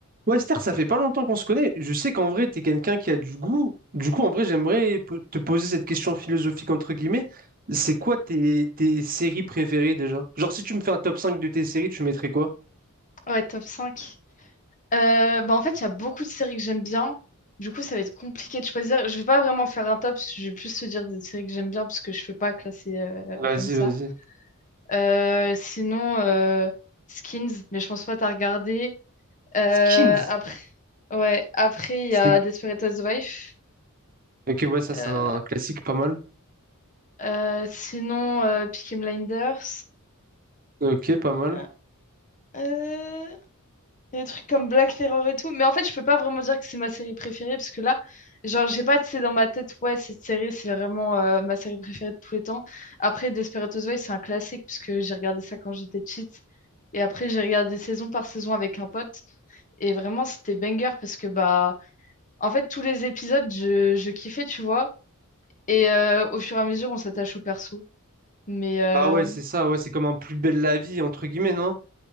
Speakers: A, on the right (about 40°); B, on the left (about 35°).
A: Ouais, Esther, ça fait pas longtemps qu'on se connaît. Je sais qu'en vrai, tu es quelqu'un qui a du goût. Du coup, en vrai, j'aimerais po- te poser cette question philosophique, entre guillemets. C'est quoi tes, tes séries préférées déjà? Genre, si tu me fais un top 5 de tes séries, tu mettrais quoi?
B: Ouais, top cinq Euh, bah en fait, il y a beaucoup de séries que j'aime bien. Du coup, ça va être compliqué de choisir. Je vais pas vraiment faire un top, je vais plus te dire des séries que j'aime bien parce que je fais pas classer euh,
A: Vas-y,
B: comme ça.
A: vas-y.
B: Euh, sinon, euh, Skins, mais je pense pas t'as regardé. Euh,
A: Skins.
B: après, ouais, après, il
A: C'est...
B: y a Desperate Housewives.
A: Ok, ouais, ça, c'est
B: Euh,
A: un classique pas mal.
B: euh, sinon, euh, Peaky Blinders.
A: Ok, pas mal.
B: Euh, euh, Des trucs comme Black Mirror et tout. Mais en fait, je peux pas vraiment dire que c'est ma série préférée parce que là, genre, j'ai pas, c'est dans ma tête, ouais, cette série, c'est vraiment euh, ma série préférée de tous les temps. Après, Desperate Housewives, c'est un classique puisque j'ai regardé ça quand j'étais petite. Et après, j'ai regardé saison par saison avec un pote. Et vraiment, c'était banger parce que, bah, en fait, tous les épisodes, je, je kiffais, tu vois. Et euh, au fur et à mesure, on s'attache au perso. Mais euh,
A: Ah ouais, c'est ça, ouais, c'est comme un plus belle la vie, entre guillemets, non?